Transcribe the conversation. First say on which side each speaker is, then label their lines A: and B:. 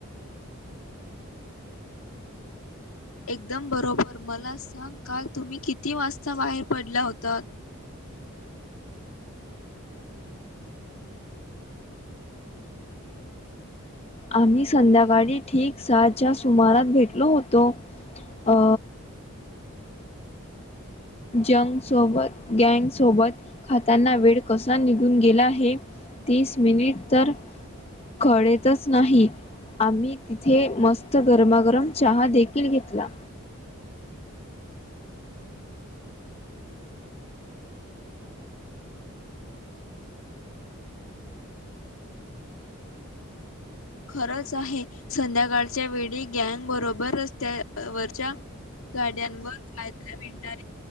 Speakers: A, on the left; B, on the left.
A: एकदम बरोबर मला सांग का तुम्ही किती वाजता बाहेर पडला होता.
B: आम्ही संध्याकाळी ठीक सहाच्या सुमारात भेटलो होतो. <unintelligible> जंग सोबत गँग सोबत खाताना वेळ कसा निघून गेला हे. तीस मिनिट तर कळेतच नाही आम्ही तिथे मस्त गरमागरम चहा देखील घेतला.
A: खरंच आहे संध्याकाळच्या वेळी गँग बरोबर रस्त्यावरच्या गाड्यांवर खायला मिळणारी